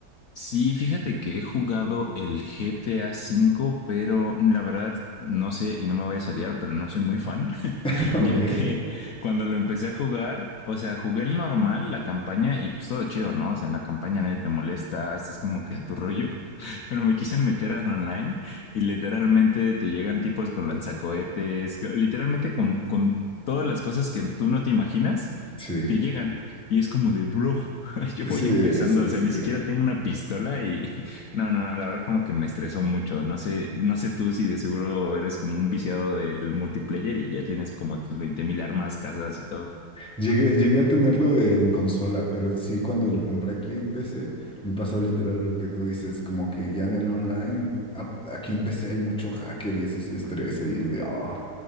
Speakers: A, on the left (about 65°); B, in the centre.
A: Sí, fíjate que he jugado el GTA V, pero la verdad no sé y no me vayas a odiar, pero no soy muy fan, <laughs>
B: <laughs>
A: ya
B: ¿O qué?
A: que cuando lo empecé a jugar, o sea, jugué el normal, la campaña y pues todo chido, ¿no? O sea, en la campaña nadie te molesta, estás como que a tu rollo, <laughs> pero me quise meter al online y literalmente te llegan tipos con lanzacohetes, literalmente con, con todas las cosas que tú no te imaginas
B: Sí,
A: te llegan y es como de, bro, <laughs> yo
B: sí,
A: voy empezando,
B: es, es,
A: o sea, ni
B: eh,
A: siquiera tengo una pistola y <laughs> no, no, no, la verdad como que me estresó mucho. No sé, no sé tú si de seguro eres como un viciado del multiplayer y ya tienes como tus veinte mil armas, casas y todo.
B: Llegué, llegué a tenerlo en consola, pero sí cuando lo compré aquí en PC, me pasó literal lo que tú dices, como que ya en el online, a- aquí en PC hay mucho hacker y eso sí estresa y es de, "Ay,